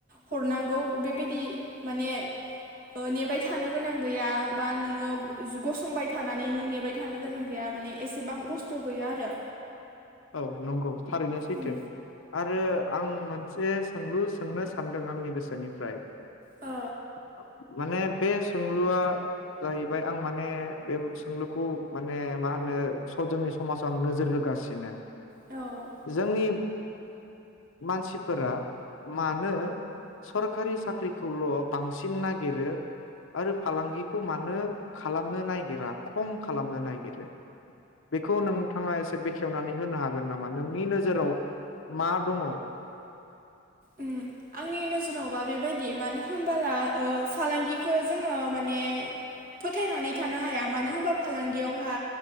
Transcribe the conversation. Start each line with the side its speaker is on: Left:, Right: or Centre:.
Right: हरनांगौ बेबादि माने ओ नेबाय थानो गोनां गैया बा नोंङो गसंबाय थानानै नों नेबाय थानो गोनां गैया माने एसेबां खस्थ' गैया आरो।
Left: औ नंगौ। थारैनो सैथो,
Right: उम
Left: आरो आं मोनसे सोंलु सोंनो सानदों आंनि गोसोनिफ्राय
Right: औ
Left: <inaudible> माने बे सोंलुआ जाहैबाय आं माने बे सोंलुखौ माने मा होनो जोंनि ससज समाजाव आं नोजोर होगासिनो
Right: औ
Left: जोंनिब मानसिफोरा मानो सरखारि साख्रिखौल' बांसिन नागिरो आरो फालांगिखौ मानो खालामनो नागिरा खम खालामनो नागिरो बेखौ नोंथांङा एसे बेखेवनानै नो हागोन नामा नोंनि नोजोराव मा दंङ?
Right: उम आंनि नो - जोरावबा बेबायदि मानो होनबोला फालांगिखौ जोंङो माने फोथायनानै थानो हाया मानो होनबा फालांगियावहा